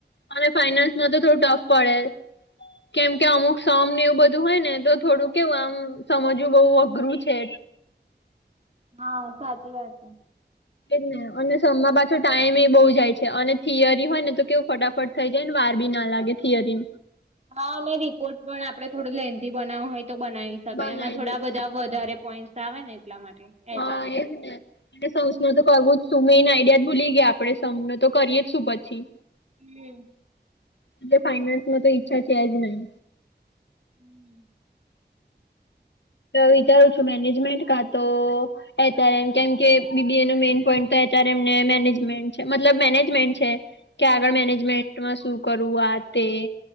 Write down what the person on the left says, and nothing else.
અને ફાઈનાન્સમાં તો થોડું ટફ પડે, કેમ કે અમુક સમ ને એવું બધું હોય ને, તો થોડું કેવું, આમ સમજવું બઉ અઘરું છે.
એજ ને અને સમ માં પાછો ટાઈમ એ બહુ જાય છે અને થિયરી હોય ને તો કેવું ફટાફટ થઈ જાય ને વા ર બી ના લાગે થિયરીમ
બનાવી
દે
હા
એ જ ને, એટલે સમ્સનું તો કરવું જ સુ મેઈન આઈડિયા જ ભૂલી ગયા આપડે સમ ને, તો કરીએ જ શું પછી?
એટલે ફાઈનાન્સ માં તો ઈચ્છા છે જ નહી.
વિચારું છું મેનેજમેન્ટ કા તો એચ આર એમ, કેમ કે બીબીએ નો મેન પોઈન્ટ એચારેમ ને મેનેજમેન્ટ છે, મતલબ મેનેજમેન્ટ છે. કે આગળ
મેનેજમેન્ટમાં સુ કરવું આ, તે